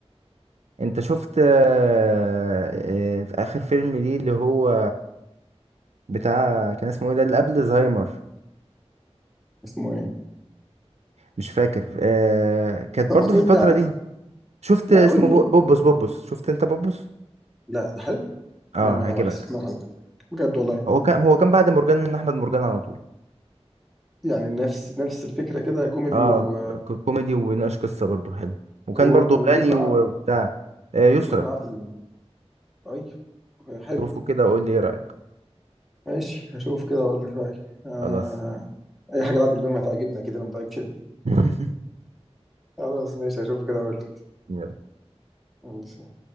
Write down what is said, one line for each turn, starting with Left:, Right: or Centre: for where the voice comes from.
Right: انت شفت آه، آه، في اخر فيلم ليه اللي هو بتاع كان اسمه ايه ده اللي قبل زهايمر
Centre: اسمه ايه
Right: مش فاكر آه كانت برضو
Centre: طب ما تقول
Right: في الفترة
Centre: لي عن
Right: دي شفت
Centre: لا
Right: اسمه
Centre: قول لي
Right: بو- بوبوس بوبوس شفت انت بوبوس
Centre: لا ده حلو
Right: اه
Centre: انا ما
Right: هيعجبك
Centre: حسيت انه حلو بجد والله
Right: هو كان هو كان بعد مرجان احمد مرجان على طول
Centre: يعني نفس نفس الفكره كده كوميدي
Right: اه
Centre: و...
Right: ك- كوميدي وبيناقش قصة برضو حلو وكان
Centre: و...
Right: برضو
Centre: ومين
Right: غني
Centre: معاه
Right: وبتاع آه يسرا
Centre: ومين معاه في ال... طيب حلو
Right: شوفه كده وقول لي ايه رأيك
Centre: ماشي هشوف كده واقول لك رايي آه...
Right: خلاص
Centre: اي حاجه لعادل امام هتعجبني كده انا متاكد
Right: <laughs>
Centre: خلاص ماشي هشوف كده اقول
Right: يلا.
Centre: لك